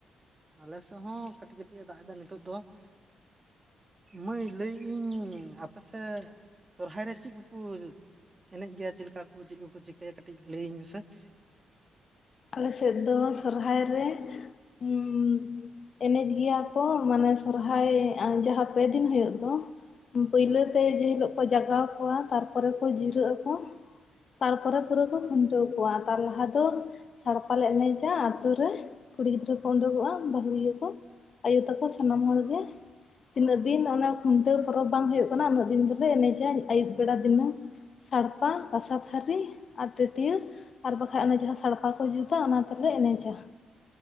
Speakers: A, on the right; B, on the left.
A: ᱟᱞᱮ ᱥᱮᱱ ᱦᱚᱸ ᱠᱟᱹᱴᱤᱡ ᱠᱟᱹᱴᱤᱡ ᱮ ᱫᱟᱜ ᱮᱫᱟ ᱱᱤᱛᱳᱜ ᱫᱚ ᱾ ᱮ ᱢᱟᱹᱭ ᱞᱟᱹᱭᱮᱜ ᱟᱹᱧ ᱟᱯᱮ ᱥᱮᱫ ᱥᱚᱨᱦᱟᱭ ᱨᱮ ᱪᱤᱜ ᱠᱩᱠᱩ ᱮᱱᱮᱡ ᱜᱮᱭᱟ, ᱪᱮᱫ ᱞᱮᱠᱟ ᱠᱩ ᱪᱮᱫ ᱠᱩᱠᱩ ᱪᱤᱠᱟᱹᱭᱟ ᱠᱟᱹᱴᱤᱡ ᱞᱟᱹᱭᱟᱹᱧ ᱢᱮᱥᱮ ᱾
B: ᱟᱞᱮᱥᱮᱫ ᱫᱚ ᱥᱚᱨᱦᱟᱭ ᱨᱮ ᱩᱢ ᱮᱱᱮᱡ ᱜᱮᱭᱟ ᱠᱚ ᱾ ᱢᱟᱱᱮ ᱥᱚᱨᱦᱟᱭ ᱡᱟᱦᱟᱸ ᱯᱮᱫᱤᱱ ᱦᱩᱭᱩᱜ ᱫᱚ ᱯᱟᱹᱭᱞᱟᱹ ᱛᱮ ᱡᱮ ᱦᱤᱞᱳᱜ ᱠᱚ ᱡᱟᱜᱟᱣ ᱠᱚᱣᱟ ᱛᱟᱨᱯᱚᱨᱮ ᱠᱚ ᱡᱤᱨᱟᱹᱜ ᱟᱠᱚ ᱛᱟᱨᱯᱚᱨᱮ ᱯᱩᱨᱟᱹ ᱠᱚ ᱠᱷᱩᱱᱴᱟᱹᱣ ᱠᱚᱣᱟ, ᱛᱟᱨ ᱞᱟᱦᱟ ᱫᱚ ᱥᱟᱲᱯᱟ ᱞᱮ ᱮᱱᱮᱡᱟ ᱟᱛᱳ ᱨᱮ ᱠᱩᱲᱤ ᱜᱤᱫᱽᱨᱟᱹ ᱠᱚ ᱩᱰᱩᱠᱚᱜᱼᱟ, ᱵᱟ ᱦᱩᱲᱤᱭᱟᱹ ᱠᱚ ᱟᱭᱳ ᱛᱟᱠᱚ ᱥᱟᱱᱟᱢ ᱦᱚᱲ ᱜᱮ ᱾ ᱛᱤᱱᱟᱹᱜ ᱫᱤᱱ ᱚᱱᱟ ᱠᱷᱩᱱᱴᱟᱹᱣ ᱯᱚᱨᱚᱵᱽ ᱵᱟᱝ ᱦᱳᱭᱳᱜ ᱠᱟᱱᱟ ᱩᱱᱟᱹᱜ ᱫᱤᱱ ᱫᱚᱞᱮ ᱮᱱᱮᱡᱟ ᱟᱹᱭᱩᱵ ᱵᱮᱲᱟ ᱫᱤᱱᱟᱹᱝ ᱾ ᱥᱟᱲᱯᱟ ᱠᱟᱥᱟ ᱛᱷᱟᱨᱤ ᱟᱨ ᱴᱟᱹᱴᱭᱟᱹ ᱟᱨ ᱵᱟᱠᱷᱟᱡ ᱚᱱᱟ ᱡᱟᱦᱟᱸ ᱥᱟᱲᱯᱟ ᱠᱚ ᱠᱚ ᱡᱩᱛᱟ ᱚᱱᱟ ᱛᱮᱞᱮ ᱮᱱᱮᱡᱟ ᱾